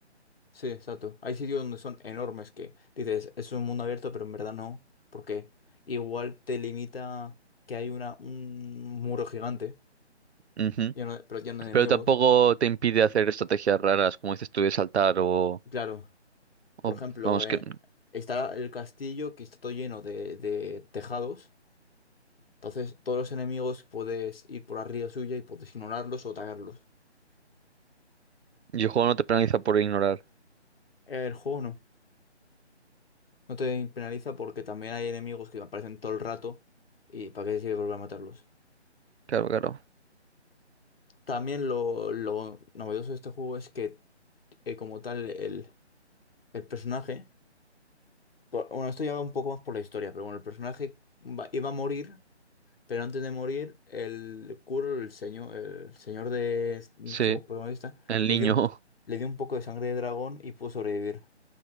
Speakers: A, on the left; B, on the right.
A: sí, exacto. Hay sitios donde son enormes que dices, es un mundo abierto, pero en verdad no, porque igual te limita que hay una, un muro gigante
B: Ujú.
A: lleno de- pero lleno de enemigos.
B: Pero tampoco te impide hacer estrategias raras, como dices tú, de saltar o,
A: Claro. Por
B: o-
A: ejemplo,
B: vamos
A: eh,
B: que
A: está el castillo que está todo lleno de, de tejados. Entonces, todos los enemigos puedes ir por arriba suya y puedes ignorarlos o atacarlos.
B: y el juego no te penaliza por ignorar.
A: El juego no. No te penaliza porque también hay enemigos que aparecen todo el rato y para qué te sirve volver a matarlos.
B: Claro, claro.
A: También lo, lo novedoso de este juego es que, eh, como tal, el, el personaje. por- bueno, esto ya va un poco más por la historia, pero bueno, el personaje va- iba a morir Pero antes de morir, el Kuro, el señor, el señor de s- nuestro
B: Sí,
A: protagonista,
B: el
A: le
B: niño.
A: dio un, p- le dio un poco de sangre de dragón y pudo sobrevivir.